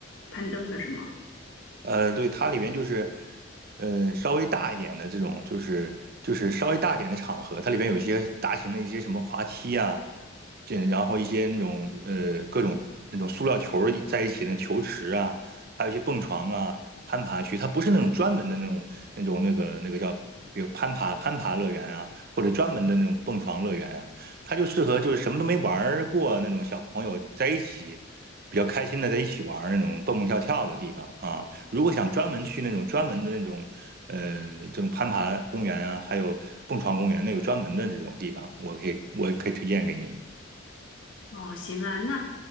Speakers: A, on the left; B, on the right.
A: 攀登的是吗？
B: 呃，对，它里边就是，呃，稍微大一点的这种，就是就是稍微大一点的场合，它里边有一些大型的一些什么滑梯啊，这然后一些那种呃各种那种塑料球儿在一起的球池啊，还有一些蹦床啊、攀爬区，它不是那种专门的那种那种那个那个叫，比如攀爬攀爬乐园啊，或者专门的那种蹦床乐园啊，它就适合就是什么都没玩儿过那种小朋友在一起比较开心的在一起玩儿那种蹦蹦跳跳的地方啊。如果想专门去那种专门的那种，呃，这种攀爬公园啊，还有蹦床公园，那有专门的这种地方，我可以我可以推荐给你。
A: 哦，行啊，那